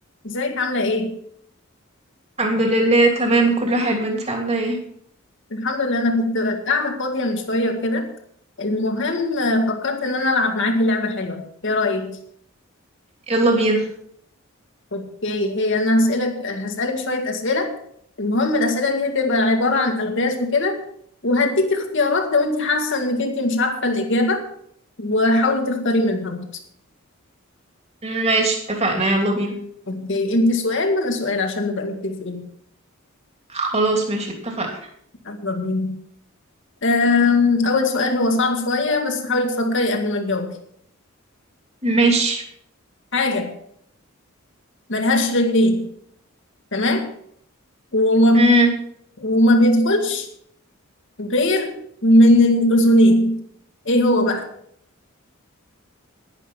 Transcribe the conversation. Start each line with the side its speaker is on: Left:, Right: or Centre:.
Left: ازيك عاملة ايه؟
Right: الحمد لله تمام كله حلو انت عاملة ايه
Left: الحمد لله انا كنت قاعدة فاضية من شوية وكده المهم آه، فكرت ان انا العب معاكي لعبة حلوة ايه رأيك؟
Right: يلا بينا
Left: اوكي هي انا هسألك هسألك شوية اسئلة المهم الاسئلة دي هتبقى عبارة عن الغاز وكده وهديكي اختيارات لو انت حاسة انك انت مش عارفة الاجابة وحاولي تختاري منها برضه.
Right: ماشي اتفقنا يلا بينا
Left: اوكي انت سؤال وانا سؤال عشان نبقى متفقين
Right: خلاص ماشي اتفقنا
Left: يلا بينا أم، اول سؤال هو صعب شوية بس حاولي تفكري قبل ما تجاوبي
Right: ماشي
Left: حاجة ملهاش رجلين تمام؟ وما
Right: امم
Left: وما بيدخلش غير من الأذنين ايه هو بقى